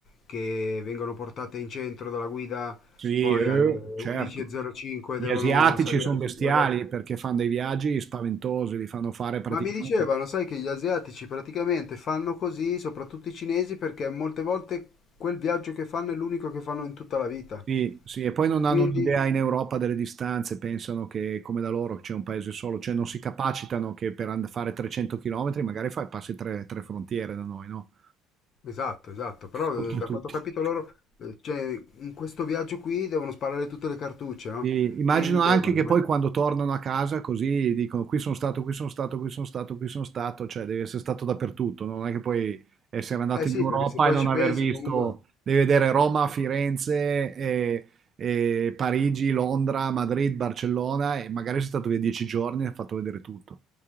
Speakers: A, on the left; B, on the right.
A: che vengono portate in centro dalla guida,
B: Sì,
A: poi
B: eh,
A: alle
B: certo.
A: 11.05
B: Gli
A: devono
B: asiatici
A: salire
B: sono bestiali
A: sul traghetto.
B: perché fanno dei viaggi spaventosi, li fanno fare praticamente.
A: Ma mi dicevano, sai che gli asiatici praticamente fanno così, soprattutto i cinesi, perché molte volte quel viaggio che fanno è l'unico che fanno in tutta la vita.
B: Sì, sì, e poi non
A: Quindi,
B: hanno un'idea in Europa delle distanze, pensano che come da loro c'è un paese solo, cioè non si capacitano che per and- fare 300 km magari fai, passi tre, tre frontiere da noi, no?
A: Esatto, esatto, però
B: Oltretutto.
A: eh, da quanto ho capito loro, eh, cioè, in questo viaggio qui devono sparare tutte le cartucce, no?
B: Sì, immagino
A: Quindi
B: anche
A: devono...
B: che
A: ma-
B: poi quando tornano a casa così dicono qui sono stato, qui sono stato, qui sono stato, qui sono stato, cioè devi essere stato dappertutto, no? Non è che puoi essere andato
A: Eh sì,
B: in Europa
A: perché se poi
B: e non
A: ci
B: aver
A: pensi
B: visto,
A: comunque...
B: devi vedere Roma, Firenze, e- e Parigi, Londra, Madrid, Barcellona e magari sei stato via dieci giorni e hai fatto vedere tutto.